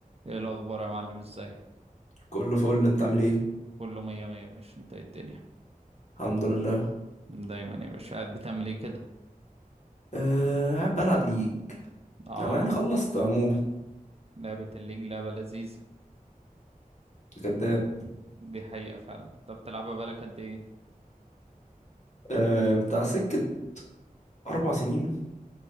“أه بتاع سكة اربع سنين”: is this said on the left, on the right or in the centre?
Left